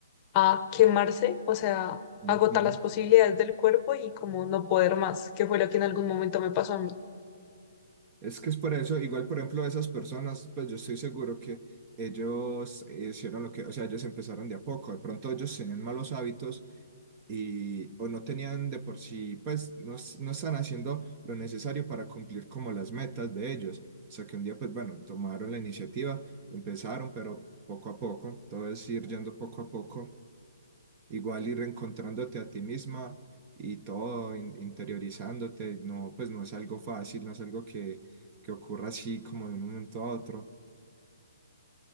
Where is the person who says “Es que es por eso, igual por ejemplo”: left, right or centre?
Right